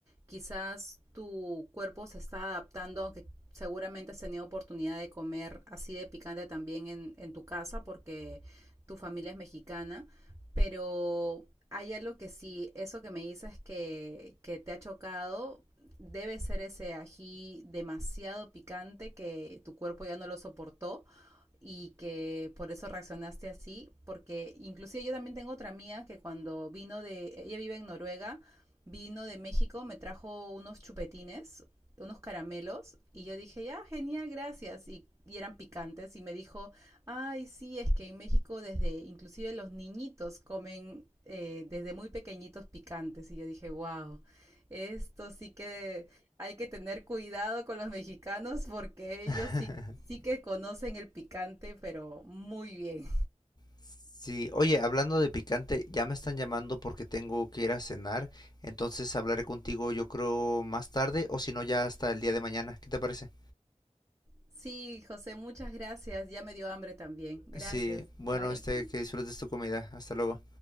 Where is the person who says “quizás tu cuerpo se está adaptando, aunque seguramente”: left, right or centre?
Right